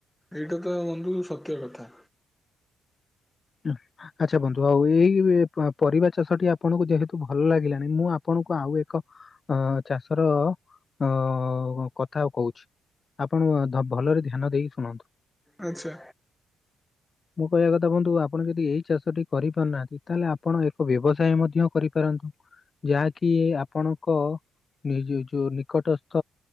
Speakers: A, in the centre; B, on the left.
A: ଏଇଟା ତ ବନ୍ଧୁ ସତ୍ୟ କଥା।
B: ଉଁ ଆଚ୍ଛା ବନ୍ଧୁ ଆଉ ଏଇ ପ-ପରିବା ଚାଷଟି ଆପଣଙ୍କୁ ଯେହେତୁ ଭଲ ଲାଗିଲାନି ମୁଁ ଆପ ଣଙ୍କୁ ଆଉ ଏକ ଅ ଚାଷର ଅ କଥା ଆଉ କହୁଛି। ଆପଣ ଧ ଭଲରେ ଧ୍ୟାନ ଦେଇକି ଶୁଣନ୍ତୁ
A: ଆଚ୍ଛା
B: ମୁଁ କହିବା କଥା ବନ୍ଧୁ ଆ ଆପଣ ଯଦି ଏଇ ଚାଷଟି କରିପାରୁନାହାନ୍ତି ତାହେଲେ ଆପଣ ଏକ ବ୍ୟବସାୟ ମଧ୍ୟ କରିପାରନ୍ତୁ। ଯାହାକି ଆପଣଙ୍କ। ନିଜେ ଯୋଉ ନିକଟସ୍ଥ